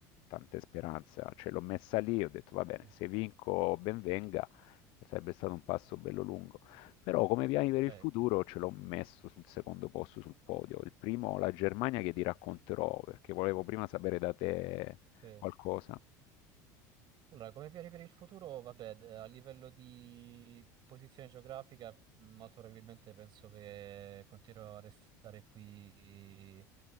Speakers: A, on the left; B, on the right.
A: tante speranze, ce l'ho messa lì, ho detto va bene,
B: Mm.
A: se vinco ben venga Sarebbe stato un passo bello lungo, però come piani per
B: Beh,
A: il futuro ce l'ho messo sul secondo posto sul podio. Il primo, la Germania, che ti racconterò perché volevo prima sapere da te
B: sì.
A: qualcosa.
B: Allora, come piani per il futuro, vabbè, d- a livello di posizione geografica, molto probabilmente penso che continuerò a restare qui